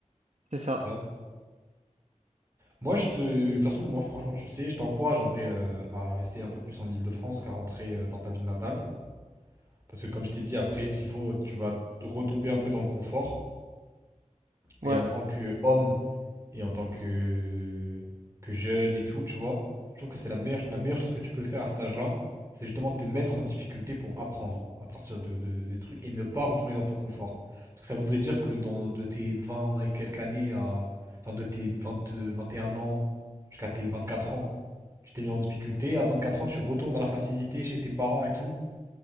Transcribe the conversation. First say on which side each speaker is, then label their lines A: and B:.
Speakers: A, on the right; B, on the right.
A: C'est ça.
B: C'est ça? Moi, je te... De toute façon, moi, franchement, tu sais, je t'encourage en vrai euh, à rester un peu plus en Île-de-France qu'à rentrer euh, dans ta ville natale. Parce que comme je t'ai dit, après, s'il faut, tu vas retomber un peu dans le confort. Et
A: Ouais.
B: en tant qu'homme et en tant que, que jeune et tout, tu vois. Je trouve que c'est la meilleure, la meilleure chose que tu peux faire à cet âge-là, c'est justement te mettre en difficulté pour apprendre à te sortir de, de- des trucs et ne pas retourner dans ton confort. Parce que ça voudrait dire que dans, de tes 20 et quelques années à, enfin de tes vingt vingt et un ans jusqu'à tes 24 ans, tu t'es mis en difficulté. À 24 ans, tu retournes à la facilité chez tes parents et tout.